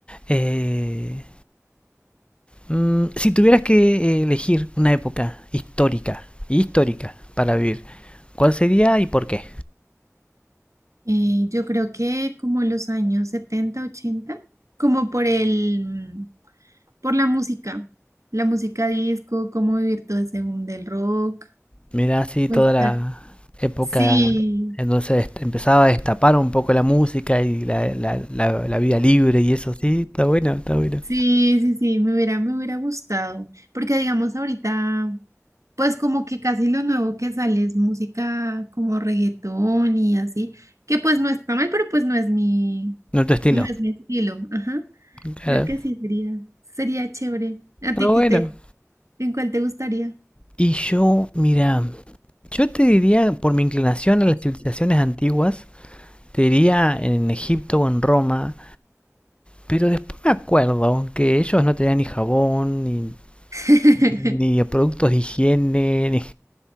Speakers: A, on the left; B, on the right.
A: Eh, Mm, si tuvieras que eh, elegir una época histórica y histórica para vivir, ¿cuál sería y por qué?
B: Eh, yo creo que como los años 70 80 como por el, mm, por la música, la música disco, cómo vivir todo ese boom del rock,
A: Mira, así
B: pues
A: toda
B: estar-
A: la época
B: sí,
A: en donde se dest- empezaba a destapar un poco la música y la, la- la- la vida libre y eso, sí, está bueno, está bueno.
B: sí, sí, sí, me hubiera, me hubiera gustado, porque digamos ahorita, pues como que casi lo nuevo que sale es música como reggaetón y así, que pues no está mal, pero pues no es mi,
A: No tu estilo,
B: no es mi estilo, ajá.
A: claro.
B: Creo que sí sería, sería chévere. ¿A
A: Está
B: ti
A: bueno.
B: qué te, ¿En cuál te gustaría?
A: Y yo, mira, yo te diría, por mi inclinación a las civilizaciones antiguas, te diría en Egipto o en Roma, pero después me acuerdo que ellos no tenían ni jabón, ni
B: <laughs>
A: ni de productos de higiene, ni-